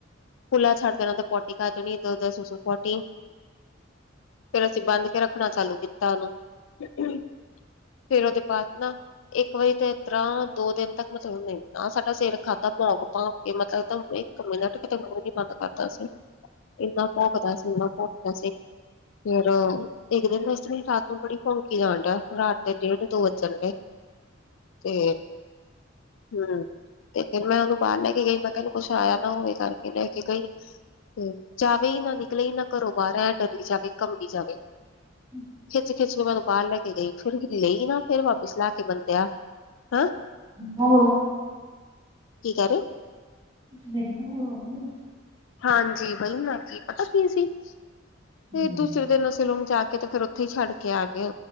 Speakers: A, on the left; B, on the right.
A: ਖੁੱਲਾ ਛੱਡ ਦੇਣਾ ਤੇ ਪੋਟੀ ਖਾ ਦੇਣੀ। ਸੂਸੂ ਪੋਟੀ, ਫੇਰ ਅਸੀਂ ਬੰਦ ਕੇ ਰੱਖਣਾ ਚਾਲੂ ਕੀਤਾ ਉਨੂੰ, ਫੇਰ ਉਹਦੇ ਬਾਦ ਨਾ ਇੱਕ ਵਜੇ ਤੇ ਇਸ ਤਰ੍ਹਾਂ ਦੋ ਦਿਨ ਤੱਕ ਮਤਲਬ ਮੈਂਦਾ ਸਾਡਾ ਸਿਰ ਖਾਧਾ ਭੋਕ-ਭੋਕ ਕਿ ਮਤਲਬ ਤਾਂ ਇੱਕ ਮਿੰਟ ਕਿਤੇ ਮੂੰਹ ਨੀ ਬੰਦ ਕਰਦਾ ਸੀ। ਇੰਨਾ ਭੋਕਦਾ ਸੀ, ਇੰਨਾ ਭੋਕਦਾ ਸੀ। ਫੇਰ ਇੱਕ ਦਿਨ ਇਸ ਤਰ੍ਹਾਂ ਹੀ ਰਾਤ ਨੂੰ ਬੜੀ ਭੌਂਕੀ ਜਾਣ ਡਿਆ ਰਾਤ ਦੇ ਡੇਢ ਦੋ ਵੱਜਣ ਡੇ।
B: ਹ।
A: ਤੇ, ਹੂੰ। ਤੇ ਫੇਰ ਮੈਂ ਉਹਨੂੰ ਬਾਹਰ ਲੈ ਕੇ ਗਈ ਮੈਂ ਕਿਆ ਕੁਛ ਆਇਆ ਨਾ ਹੋਵੇ ਕਰਕੇ ਲੈ ਕੇ ਗਈ। ਤੇ ਜਾਵੇ ਹੀ ਨਾ ਨਿਕਲੇ ਹੀ ਨਾ ਘਰੋਂ ਬਾਹਰ ਐ ਡਰਲੀ ਜਾਵੇ ਕੰਬੀ ਜਾਵੇ।
B: <inaudible>
A: ਖਿੱਚ-ਖਿੱਚ ਕੇ ਮੈਨੂੰ ਬਾਹਰ ਲੈ ਕੇ ਗਈ, ਫਿਰ ਹੀਲੇ ਹੀ ਨਾ ਫੇਰ ਵਾਪਿਸ ਲਾ ਕੇ ਬੰਦਿਆ। ਹਾਂ
B: ਹੋ
A: ਕੀ ਕਹਿ ਰਹੇ?
B: ਦੇਖਦਾ ਹੋਰ ਉਨੂੰ।
A: ਹਾਂਜੀ, ਬਹੀ ਬਾਕੀ ਪਤਾ ਕੀ ਸੀ ਤੇ
B: ਉਹਨੂੰ
A: ਦੂਸਰੇ ਦਿਨ ਸੈਲੂਨ ਜਾ ਕੇ ਤੇ ਫੇਰ ਉ ਥੇ ਛੱਡ ਕੇ ਆ ਗਏ